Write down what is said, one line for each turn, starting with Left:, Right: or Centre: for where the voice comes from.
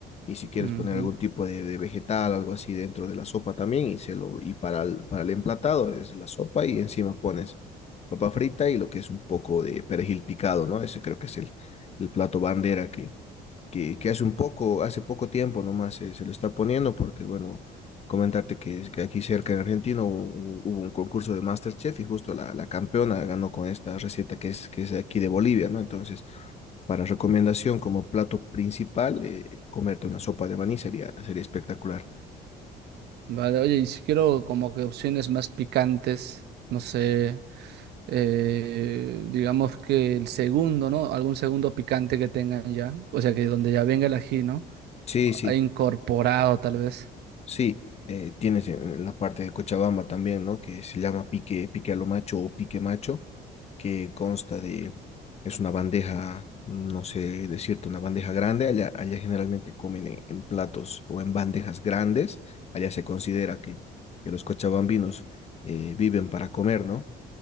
Left: y si quieres
Right: Ujú.
Left: poner algún tipo de, de vegetal, algo así dentro de la sopa también y, se lo, y para, el, para el emplatado es la sopa y encima pones papa frita y lo que es un poco de perejil picado, ¿no? Ese creo que es el, el plato bandera que, que, que hace un poco, hace poco tiempo nomás se, se lo está poniendo, porque bueno, comentarte que, es- que aquí cerca en Argentina hubo, hubo un concurso de MasterChef y justo la, la campeona ganó con esta receta que es, que es aquí de Bolivia, ¿no? Entonces, para recomendación como plato principal, eh, comerte una sopa de maní sería, sería espectacular.
Right: Vale, oye, y si quiero como que opciones más picantes, no sé, eh, digamos que el segundo, ¿no? Algún segundo picante que tengan ya, o sea, que donde ya venga el ají, ¿no?
Left: Sí, sí,
Right: Ah, Incorporado tal vez.
Left: sí. eh, tienes en en la parte de Cochabamba también, ¿no? Que se llama pique, pique a lo macho o pique macho que consta de, es una bandeja, no sé decirte, una bandeja grande, allá, allá generalmente comen en, en platos o en bandejas grandes, allá se considera que, que los cochabambinos eh, viven para comer, ¿no?